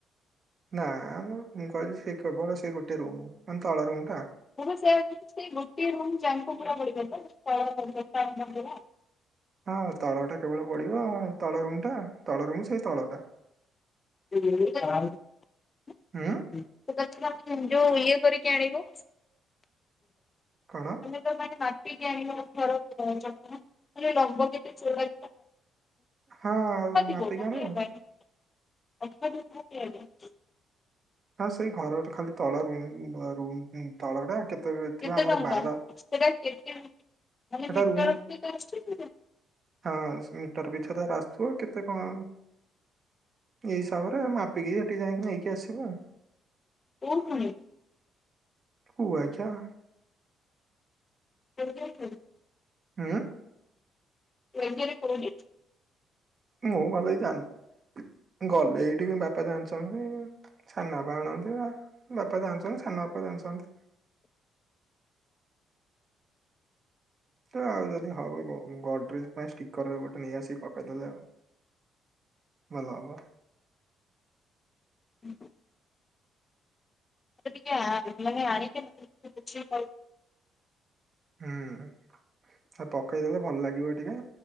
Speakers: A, on the right (about 45°); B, on the left (about 30°).
A: ନା ମ ମୁଁ କହିଲି ସେ କେବଳ ସେ ଗୋଟେ ରୁମ୍ ମାନେ ତଳ ରୁମ୍ ଟା
B: ମୁ ବା ସେଇଆ କହୁଛି ଗୋଟିଏ ରୁମ୍ ଜାଙ୍କ ପୁରା ପଡିପାରିବ ତଳ ଘର <unintelligible>
A: ହଁ ତଳ ଟା କେବଳ ପଡିବ ତଳ ରୁମ୍ ଟା ତଳ ରୁମ୍ ସେଇ ତଳଟା।
B: <unintelligible> <unintelligible>
A: ହୁଁ
B: ଯୋଉ ଇଏ କରିକି ଆଣିବ
A: କଣ?
B: <unintelligible> ମାଟି ଆଣିବ ଘର <unintelligible> ରଙ୍ଗ ଟିକେ
A: ହଁ ଆଉ ମାପିକି
B: <unintelligible>
A: ଆଣିବୁନି
B: <unintelligible>
A: ହଁ ସେଇ ଘରର ଖାଲି ତଳ ରୁମ୍ ରୁମ୍ ତଳଟା। କେତେ ଥିବ
B: କେତେ
A: ଆମର
B: ଟଙ୍କା
A: ବାର
B: ସେଇଟା କେତେ ମାନେ
A: ସେଟା
B: ମିଟରକୁ
A: ରୁମ୍
B: କେତେ ଆସୁଛି କି
A: ହଁ ମିଟର ପିଛା ତ ହେରା ଆସୁଥିବ କେତେ କଣ ଏଇ ହିସାବରେ ମାପିକି ସେଠିକି ଯାଇକି ନେଇକି ଆସିବୁ।
B: କୋଉଠୁ ଆଣିବୁ?
A: କୁଆଖିଆ।
B: <unintelligible>
A: ହୁଁ।
B: ଏମବିଏ <unintelligible>
A: ମୁଁ ଭଲକି ଜାଣିନି ଗଲେ ଏଇଠିକି ବାପା ଜାଣିଛନ୍ତି ସାନ ବାପା ଆଣନ୍ତି ବା ବାପା ଜାଣିଛନ୍ତି ସାନ ବାପା ଜାଣିଛନ୍ତି। ଆଉ ଯଦି ହବ ଗ ଗଡରେଜ ପାଇଁ ଷ୍ଟିକର ଗୋଟେ ନେଇ ଆସିକି ପକେଇ ଦେଲେ ଭଲ ହବ।
B: <inaudible> ସେ ଟିକେ ଆଣିକି ମାନେ ଆଣିକି ଭଲରେ ବୁଝିକି କହିବୁ।
A: ହୁଁ ଆ ପକେଇଦେଲେ ଭଲ ଲାଗିବ ଟିକେ